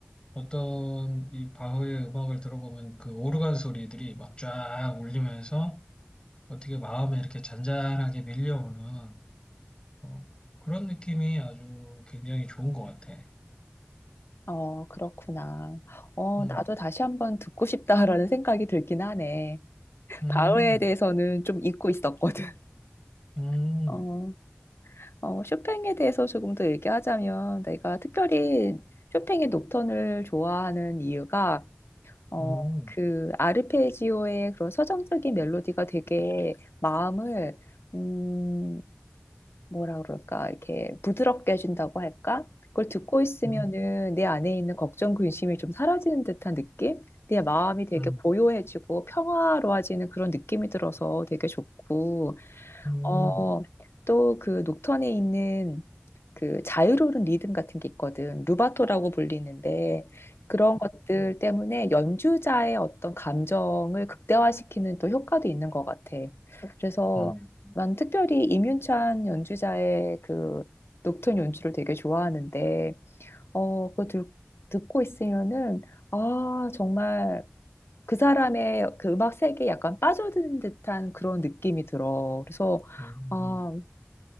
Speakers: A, on the left; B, on the left.
A: 어떤 이 바흐의 음악을 들어보면 그 오르간 소리들이 막 쫙 울리면서 어떻게 마음에 이렇게 잔잔하게 밀려오는 어, 그런 느낌이 아주 굉장히 좋은 것 같아.
B: 어, 그렇구나. 어,
A: 음,
B: 나도 다시 한번 듣고 싶다라는 생각이 들긴 하네.
A: 음,
B: 바흐에 대해서는 좀 잊고 있었거든.
A: 음,
B: <laughs> 어, 어, 쇼팽에 대해서 조금 더 얘기하자면 내가 특별히 쇼팽의 녹턴을 좋아하는 이유가 어,
A: 음,
B: 그 아르페지오의 그런 서정적인 멜로디가 되게 마음을 음, 뭐라 그럴까, 이렇게 부드럽게 해준다고 할까? 그걸 듣고 있으면은
A: 음,
B: 내 안에 있는 걱정, 근심이 좀 사라지는 듯한 느낌? 내 마음이 되게
A: 음,
B: 고요해지고 평화로워지는 그런 느낌이 들어서 되게 좋고,
A: 음,
B: 어, 또 그 녹턴에 있는 그 자유로운 리듬 같은 게 있거든. 루바토라고 불리는데 그런 것들 때문에 연주자의 어떤 감정을 극대화시키는 또 효과도 있는 것 같아. 그래서
A: 음,
B: 난 특별히 임윤찬 연주자의 그 녹턴 연주를 되게 좋아하는데 어, 그거 들, 듣고 있으면은 아, 정말 그 사람의 그 음악 세계에 약간 빠져드는 듯한 그런 느낌이 들어. 그래서
A: 음,
B: 아,